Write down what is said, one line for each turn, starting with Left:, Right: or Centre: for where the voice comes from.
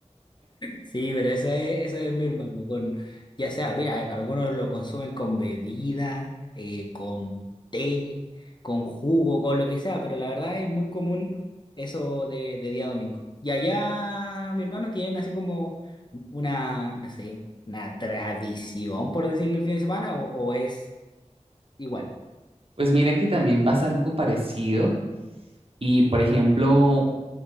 Left: Sí, pero eso es, eso es mi hermano, con, ya sea, mira, eh, que algunos lo consumen con bebida, eh, con té, con jugo, con lo que sea, pero la verdad es muy común eso de, de día domingo. Y allá, mi hermano, tienen así como una, no sé, una tradición, por decirlo, el fin de semana, o, o es igual
Right: Pues mira que también pasa algo parecido y por ejemplo,